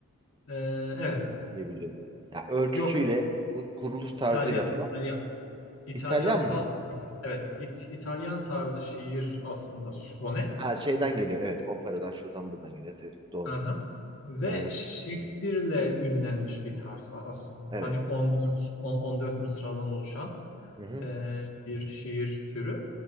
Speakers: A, on the left; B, on the right.
A: Ee, evet.
B: diye biliyorum. Ya ölçüsüyle,
A: Yok yok.
B: bu kuruluş tarzıyla
A: İtalyan,
B: falan
A: İtalyan. İtalyan
B: İtalyan
A: ta
B: mıydı?
A: evet, İt- İtalyan tarzı şiir aslında sone.
B: Ha şeyden geliyor. Evet, operadan şuradan buradan geliyor. Evet, doğru.
A: Aha. Ve
B: Ee,
A: Shakespeare'le ünlenmiş bir tarz a- aslında.
B: evet.
A: Hani 14 on- 14 mısradan oluşan
B: Hı hı.
A: e, bir şiir türü.